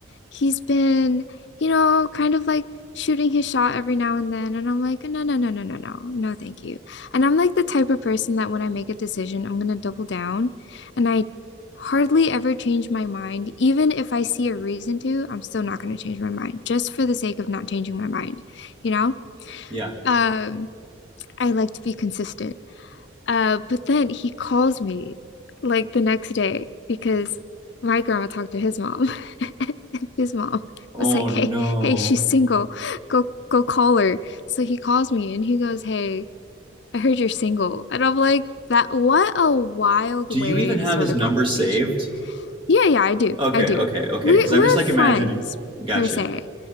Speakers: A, on the left (about 65°); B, on the right (about 25°).
A: he's been, you know, kind of like shooting his shot every now and then. And I'm like, no, no, no, no, no, no, no, thank you. And I'm like the type of person that when I make a decision, I'm gonna double down. And I hardly ever change my mind. Even if I see a reason to, I'm still not gonna change my mind just for the sake of not changing my mind, you know?
B: Yeah.
A: Um, I like to be consistent. Uh, but then he calls me like the next day because my grandma talked to his mom. <laughs> And his mom
B: Oh
A: was like,
B: no.
A: "Hey, hey, she's single. Go go call her." So he calls me and he goes, "Hey, I heard you're single." And I'm like, "That what a wild
B: Do
A: way
B: you even
A: to
B: have
A: start
B: his
A: a
B: number
A: conversation."
B: saved?
A: Yeah, yeah, I do.
B: Okay,
A: I do.
B: okay, okay.
A: We
B: Because
A: we're
B: I'm just like
A: friends
B: imagining. Gotcha.
A: per se.